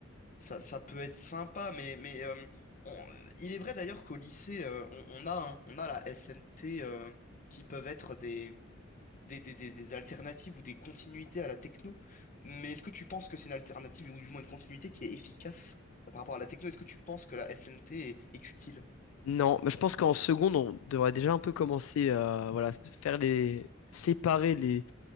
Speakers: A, on the left; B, on the left.
A: ça, ça peut être sympa. Mais, mais euh, on- il est vrai d'ailleurs qu'au lycée, euh, on, on a, hein, on a la SNT euh, qui peuvent être des, des, des- des alternatives ou des continuités à la techno. Mais est-ce que tu penses que c'est une alternative ou du moins une continuité qui est efficace euh, par rapport à la techno? Est-ce que tu penses que la SNT est, est utile?
B: Non, mais je pense qu'en seconde, on devrait déjà un peu commencer à voilà, faire les séparer les,